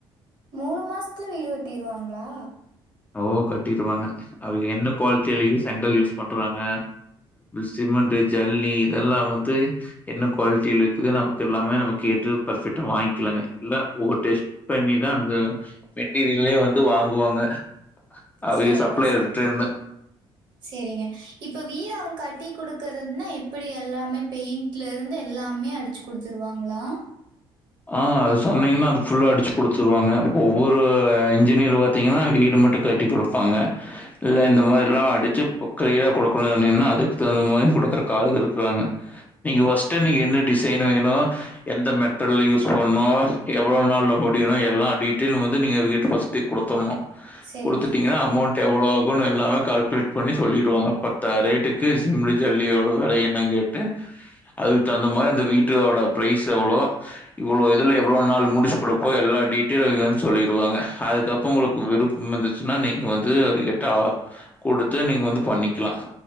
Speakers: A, on the right (about 50°); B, on the left (about 15°).
A: மூணு மாசத்துல வீடு கட்டிருவாங்களா
B: ஓ கட்டிருவாங்க அதுக்கு என்ன குவாலிட்டிலய செங்கல் யூஸ் பண்றவாங்க சிமெண்ட் ஜல்லி இதெல்லா வந்து என்ன குவாலிட்டியில இருக்குது நமக்கு எல்லாமே நம கேட்டு பர்பெக்ட்டா வாங்கிக்கலங்க இல்ல ஓ டெஸ்ட் பண்ணிதா இது மெட்டீரியலே வந்து டு வாங்குவாங்க அவங்க
A: செரிங்க
B: சப்ளையர்ட்டேருந்து.
A: செரி செரிங்க இப்ப வீரா ம் கட் டீ குடுக்கறிறதுன்னா எப்படி எல்லாமே பெயிண்ட்ல இருந்து எல்லாமே அடிச்சு குடுத்துருவாங்களா
B: ஆ அது சொன்னீங்கன்னா அது புல்ல அடிச்சு குடுத்துருவாங்க ஒவ்வொரு இன்ஜினியர் பாத்தீங்கன்னா வீடு மட்டு கட்டி குடுப்பாங்க இல்ல இந்த மாரில்லா அடிச்சு உக்கரியா கொடுக்கணும்னு சொன்னீங்கன்னா அதுக்கு தகுந்த மாரி கொடுக்கற கால இருக்கிறாங்க நீங்க பர்ஸ்ட் என்ன டிசைன் வேனு எந்த மெத்தட் ட்டல்ல யூஸ் பண்ணு எவ்ளோ நாள்ல முடியணு எல்லா டீட்டெலு வந்து நீங்க கிட்ட ஃபஸ்ட்ட கொத்தர்ணு
A: சரிங்க.
B: குடுத்துடீங்கனா அமௌண்ட் எவ்ளோ ஆகனு எல்லாமே கால்குலேட் பண்ணில்லிடுவாங்க பத்தா ரேட்டுக்கு சிம்லி ஜல்லியோட வெலயென்ன கேட்டு அதுக்கு தகுந்த மாரி அந்த வீட் டோட ப்ரைஸ் எவ்ளோ இவ்ளோ இதுல எவ்ள நாள் முடிச்சு கொடுப்போ எல்லா டீட்டெயில் அவங்க வந்து சொல்லிடுவாங்க அதுக்கப்ற உங்களுக்கு விருப்பம் இருந்துச்சுன்னா நீங்க வந்து கட்ட கொடுத்து நீங்க வந்து பண்ணிக்கலாம்